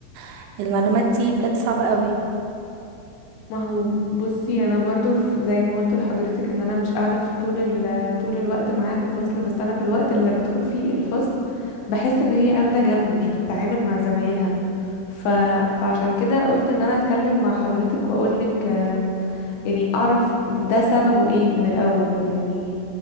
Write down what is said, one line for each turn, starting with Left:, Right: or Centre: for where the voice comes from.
Right: فالمعلومات دي بجد صعبة قوي
Left: ما هو بصي انا برضو في زي ما قلت لحضرتك ان انا مش قاعده في طول ال... طول الوقت معاها في الفصل بس انا في الوقت اللي بدخل فيه الفصل بحس ان هي اخده جنب مش بتتعامل مع زمايلها ف... فعشان كده قلت ان انا اتكلم مع حضرتك واقولك آم، يعني اعرف ده سببه ايه من الاول يعني